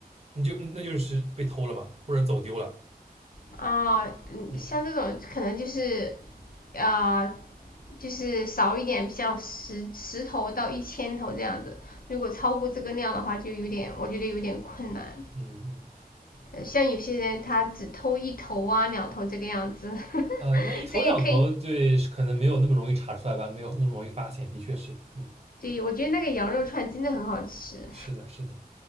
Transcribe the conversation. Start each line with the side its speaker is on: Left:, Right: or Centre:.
Right: 你就那就是被偷了嘛，或者走丢了。
Left: 啊，嗯，
Right: 嗯
Left: 像这种可能就是啊，就是少一点，像十十头到一千头这样子。如果超过这个量的话，就有点我觉得有点困难。
Right: 嗯嗯，
Left: 呃像有些人他只偷一头啊两头这个样子，<laughs>
Right: 呃，那一头两头对，
Left: 所以可以，
Right: 可能没有那么容易查出来吧，没有那么容易发现，的确是，嗯，
Left: 对，我觉得那个羊肉串真的很好吃。
Right: 是的，是的，